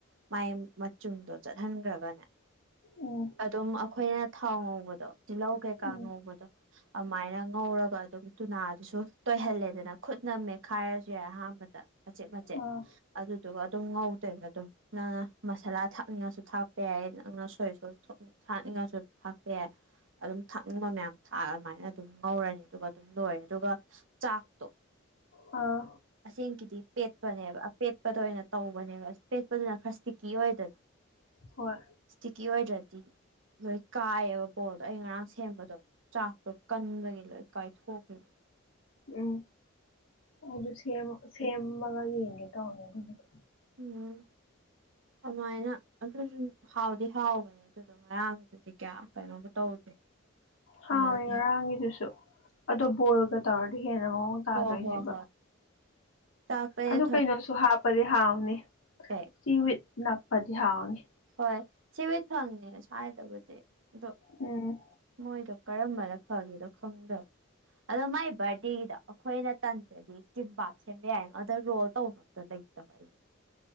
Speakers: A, on the right; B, on the left.
A: ꯃꯥꯏ ꯃꯆꯨꯝꯗꯣ ꯆꯠꯍꯟꯒ꯭ꯔꯒꯅꯦ
B: ꯎꯝ
A: ꯑꯗꯨꯝ ꯑꯩꯈꯣꯏꯅ ꯊꯥꯎ ꯉꯧꯕꯗꯣ ꯇꯤꯜꯂꯧ ꯀꯩꯀꯥ
B: ꯎꯝ
A: ꯉꯧꯕꯗꯣ ꯑꯃꯥꯏꯅ ꯉꯧꯔꯒ ꯑꯗꯨꯝ ꯇꯨꯅꯥꯗꯨꯁꯨ ꯇꯣꯏꯍꯜꯂꯦꯗꯅ ꯈꯨꯠꯅ ꯃꯦꯠꯈꯥꯏꯔꯁꯨ ꯌꯥꯏ ꯑꯍꯥꯟꯕꯗ ꯃꯆꯦꯠ ꯃꯆꯦꯠ
B: ꯑꯥ
A: ꯑꯗꯨꯗꯨꯒ ꯑꯗꯨꯝ ꯉꯧꯗꯣꯏꯕ ꯑꯗꯨꯝ ꯅꯪꯅ ꯃꯁꯥꯂꯥ ꯊꯥꯛꯅꯤꯡꯉꯁꯨ ꯊꯥꯛꯄ ꯌꯥꯏꯌꯦ ꯅꯪꯅ ꯁꯣꯏꯁ ꯁꯣꯁꯊ ꯎꯪ ꯊꯥꯛꯅꯤꯡꯉꯥꯁꯨ ꯊꯥꯛꯄꯌꯥꯏ ꯑꯗꯨꯝ ꯊꯥꯛꯅꯤꯡꯕ ꯃꯌꯥꯝ ꯊꯥꯛꯑ ꯑꯗꯨꯃꯥꯏꯅ ꯑꯗꯨꯝ ꯉꯧꯔꯅꯤ ꯑꯗꯨꯒ ꯑꯗꯨꯝ ꯂꯣꯏꯔꯦ ꯑꯗꯨꯒ__ ꯆꯥꯥꯛꯇꯣ
B: ꯑꯥ
A: ꯑꯁꯦꯡꯀꯤꯗꯤ ꯄꯦꯠꯄꯅꯦꯕ ꯑꯄꯦꯠꯄꯗ ꯑꯣꯏꯅ ꯇꯧꯕꯅꯦꯕ ꯄꯦꯠꯄꯗꯨꯅ ꯈꯔ ꯏꯁꯇꯤꯛꯀꯤ ꯑꯣꯏꯗꯅ
B: ꯍꯣꯏ
A: ꯏꯁꯇꯤꯛꯀꯤ ꯑꯣꯏꯗ꯭ꯔꯗꯤ ꯂꯣꯏ ꯀꯥꯏꯌꯦꯕ ꯕꯣꯜꯗꯣ ꯑꯩ ꯉꯔꯥꯡ ꯁꯦꯝꯕꯗꯣ ꯆꯥꯛꯇꯣ ꯀꯟꯕꯒꯤ ꯂꯣꯏ ꯀꯥꯏꯊꯣꯛꯈꯤꯕ
B: ꯎꯝ ꯑꯗꯨ ꯁꯦꯝ ꯁꯦꯝꯃꯒ ꯌꯦꯡꯒꯦ ꯇꯧꯅꯦ ꯑꯗꯨꯒꯤꯗꯣ
A: ꯎꯝ ꯑꯗꯨꯃꯥꯏꯅ ꯑꯗꯨꯁꯨꯨꯝ ꯍꯥꯎꯗꯤ ꯍꯥꯎꯕꯅꯤ ꯑꯗꯨꯗꯣ ꯉꯔꯥꯡꯒꯤꯗꯨꯗꯤ ꯀꯌꯥ ꯀꯩꯅꯣꯒ ꯇꯧꯗꯦ
B: ꯍꯥꯎꯋꯦ
A: ꯍꯥꯟꯅꯗꯤ
B: ꯉꯔꯥꯡꯒꯤꯗꯨꯁꯨ ꯑꯗꯣ ꯕꯣꯜꯒ ꯇꯥꯔꯗꯤ ꯍꯦꯟꯅ ꯃꯑꯣꯡ ꯇꯥꯗꯣꯏꯅꯦꯕ
A: ꯍꯣꯏ ꯍꯣꯏ ꯍꯣꯏ ꯆꯥꯛꯇꯣ ꯑꯩꯅ
B: ꯑꯗꯨ ꯀꯩꯅꯣꯁꯨ ꯍꯥꯞꯄꯗꯤ ꯍꯥꯎꯅꯤ
A: ꯄꯦ
B: ꯁꯤ ꯋꯤꯠ ꯅꯞꯄꯗꯤ ꯍꯥꯎꯅꯤ
A: ꯍꯣꯏ ꯁꯤ ꯋꯤꯠ ꯐꯪꯉꯦ ꯁꯥꯏꯗꯕꯨꯗꯤ ꯑꯗꯣ
B: ꯎꯝ
A: ꯃꯣꯏꯗꯣ ꯀꯔꯝꯕꯅ ꯐꯒꯦꯗꯣ ꯈꯪꯗꯕ ꯑꯗꯣ ꯃꯥꯏ ꯕꯥꯔꯗꯦꯒꯤꯗꯣ ꯑꯩꯈꯣꯏꯅ ꯇꯟꯗꯔꯗꯤ ꯀꯤꯝꯕꯥꯞ ꯁꯦꯝꯕ ꯌꯥꯏꯌꯦꯉꯣ ꯑꯗꯣ ꯔꯣꯜ ꯇꯧꯅꯕꯗꯣ ꯂꯩꯇꯕ ꯑꯩꯗꯣ